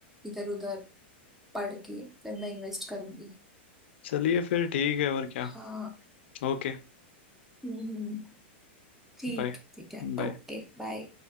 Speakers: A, in the centre; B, on the left.
A: इधर उधर पढ़ के फिर मैं इन्वेस्ट करूंगी
B: चलिए फिर ठीक है और क्या
A: हाँ
B: Okay
A: हम्म, ठीक
B: bye
A: है ठीक है
B: बाय
A: ओके बाय